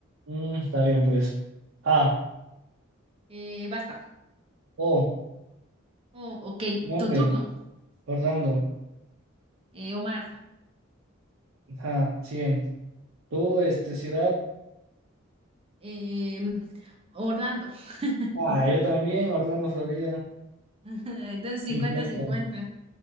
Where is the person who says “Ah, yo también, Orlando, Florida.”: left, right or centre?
Right